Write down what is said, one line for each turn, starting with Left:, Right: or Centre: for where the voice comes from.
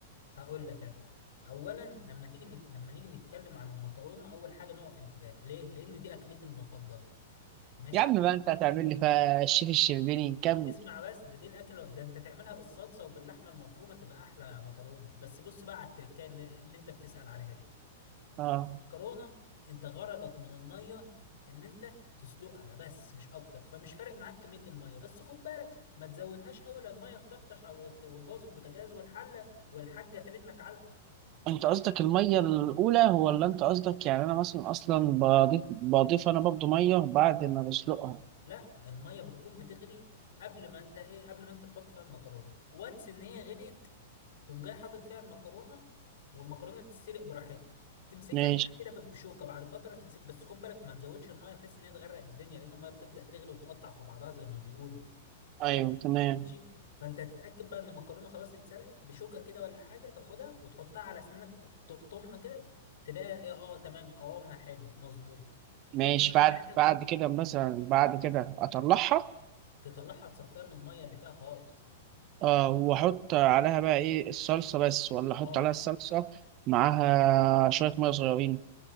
Left: هقول لك انا اولا لما تيجي نك... لما نيجي نتكلم عن المكرونه اول حاجه نقف انتباه ليه لان دي اكلتي المفضله ماشي
Right: يا عم بقى انت هتعمل لي فيها الشيف الشربيني نكمل
Left: اسمع بس ده دي الاكله ده انت تعملها بالصلصه وباللحمه المفرومه تبقى احلى مكرونه بس بص بقى على التركه اللي, اللي انت بتسأل عليها دي
Right: اه
Left: الكرونة انت غرضك من المية ان انت تسلقها بس مش اكتر فمش فارق معاك كمية المية بس خد بالك ما تزودهاش قوي لا المية تطرطش او وتبوظ البوتاجاز والحلة والحاجة ترنك علقة
Right: انت قصدك الميه الاولى ولا انت قصدك يعني انا مثلا اصلا بضيف بضيف انا برضه ميه بعد ما بسلقها
Left: لا المية بتكون بتغلي قبل ما انت ايه قبل ما انت تحط فيها المكرونة وانس ان هي غليت تقوم جاي حاطط فيها المكرونة والمكرونة تتسلق براحتها تمسكها
Right: ماشي
Left: انت كده بشوكة بعد فترة تمسك بس خد بالك ما تزودش المية بحيث ان هي تغرق الدنيا لان المية بتبدأ تغلي وتقطع في بعضها زي ما بيقولوا
Right: ايوه تمام
Left: ماشي فانت تتاكد بقى ان المكرونه خلاص اتسلقت بشوكه كده ولا حاجه تاخدها وتحطها على اسنانك ت- تقطمها كده تلاقيها ايه اه تمام قوامها حلو مظبوط
Right: ماشي
Left: تبدا
Right: بعد
Left: بقى ساعتها
Right: بعد كده مثلا بعد كده اطلعها
Left: تطلعها تصفيها من الميه اللي فيها خالص
Right: اه واحط عليها بقى ايه الصلصه بس ولا احط
Left: اه
Right: عليها الصلصه معاها شويه ميه صغيرين